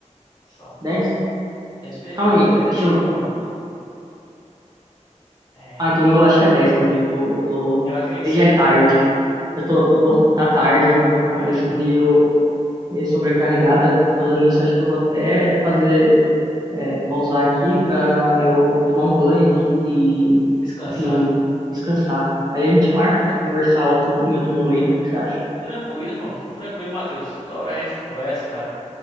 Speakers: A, on the left; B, on the right.
A: Só.
B: 10?
A: dez períodos,
B: Calma aí,
A: mas é
B: deixa
A: cinco
B: eu.
A: anos. É,
B: Ah, então o meu acho que é 10 também. Tô, tô...
A: eu acredito que seja
B: Já é tarde.
A: 10.
B: Eu tô. eu- Tá tarde, eu tô com a cabeça
A: É,
B: meio meio sobrecarregada. Falando isso, acho que eu vou até fazer. é, pausar aqui pra eu tomar um banho aqui e.
A: descansar.
B: Enfim, eu descansar. Aí a gente marca
A: Não,
B: de conversar outro, em outro momento. O que que você acha?
A: tranquilo, irmão. Tranquilo, Matheus. Outra hora a gente conversa, cara.